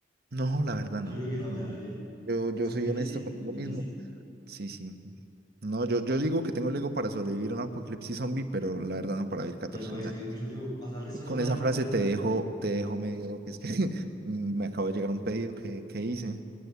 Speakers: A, on the right; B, on the left.
A: no, la verdad
B: Yo
A: no,
B: creo que
A: no,
B: no me daría.
A: no, yo, yo
B: Es muy
A: soy
B: difícil,
A: honesto conmigo
B: muy difícil.
A: mismo, sí, sí, no, yo, yo digo que tengo el ego para sobrevivir a un apocalipsis zombie, pero la verdad no para vivir catorce
B: Pero es
A: mil
B: que
A: años.
B: es mucho tiempo. Pasar la historia
A: Y Con
B: humana
A: esa
B: completa
A: frase te dejo, te dejo medio, que es que <laughs> me acabo de llegar un pedido que, que hice,